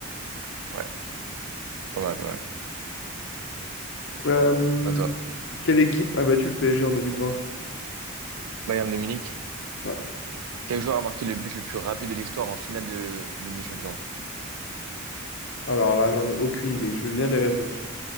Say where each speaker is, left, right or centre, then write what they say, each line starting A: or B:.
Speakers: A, on the right; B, on the left.
A: Ouais, pas mal, pas
B: Euh,
A: À toi.
B: quelle équipe a battu le PSG en 2020?
A: Bayern de Munich.
B: Ouais.
A: Quel joueur a marqué le but le plus rapide de l'histoire en finale de Ligue des Champions?
B: Alors là, j'en ai aucune idée. Je veux bien les réponses.